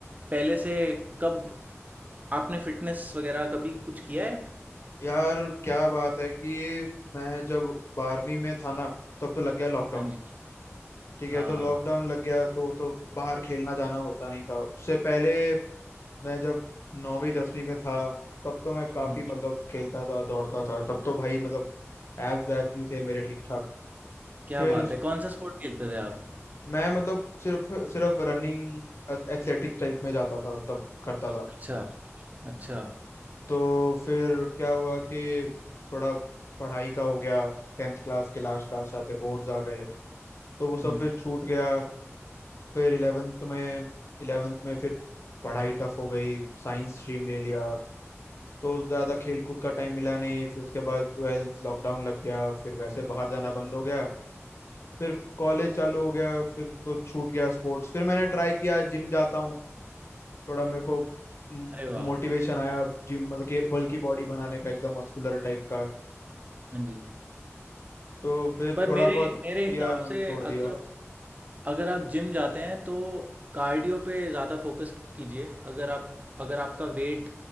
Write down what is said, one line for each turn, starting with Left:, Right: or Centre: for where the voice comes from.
Right: पहले से कब आपने फ़िटनेस वगैरह कभी कुछ किया है
Left: यार क्या बात है कि मैं जब बारहवीं में था ना तब तो लग गया लॉकडाउन
Right: हाँ जी
Left: ठीक
Right: हाँ
Left: है तो लॉकडाउन लग गया तो तो बाहर खेलना जाना होता नहीं था उससे पहले मैं जब नौवीं दसवीं में था तब तो मैं काफी
Right: हम्म
Left: मतलब खेलता था दौड़ता था तब तो भाई मतलब एब्स एब्स भी थे मेरे ठीक ठाक
Right: क्या
Left: फिर
Right: बात
Left: उस
Right: है कौन सा स्पोर्ट खेलते थे आप
Left: मैं मतलब सिर्फ सिर्फ रनिंग एथलेटिक्स टाइप में जाता था तब करता था
Right: अच्छा अच्छा
Left: तो फिर क्या हुआ कि थोड़ा पढ़ाई का हो गया टेंथ क्लास के लास्ट लास्ट आते बोर्ड्स आ गए तो वो सब
Right: हम्म
Left: फिर छूट गया फिर इलेवेंथ में इलेवेंथ में फिर पढ़ाई टफ हो गई साइंस स्ट्रीम ले लिया तो ज्यादा खेल कूद का टाइम मिला नहीं फिर उसके बाद ट्वेल्थ लॉकडाउन लग गया फिर वैसे बाहर जाना बंद हो गया फिर कॉलेज चालू हो गया फिर तो छूट गया स्पोर्ट्स फिर मैंने ट्राई किया जिम जाता हूँ थोड़ा मेरे को
Right: अरे वाह
Left: मोटिवेशन आया जिम मतलब कि बल्की बॉडी बनाने का एकदम मस्कुलर टाइप का
Right: हाँ जी
Left: तो फिर
Right: पर
Left: थोड़ा
Right: मेरे
Left: बहुत
Right: मेरे हिसाब
Left: किया मैंने
Right: से
Left: छोड़
Right: अगर
Left: दिया
Right: आप अगर आप जिम जाते हैं तो कार्डियो पे ज़्यादा फोकस कीजिए अगर आप अगर आपका वेट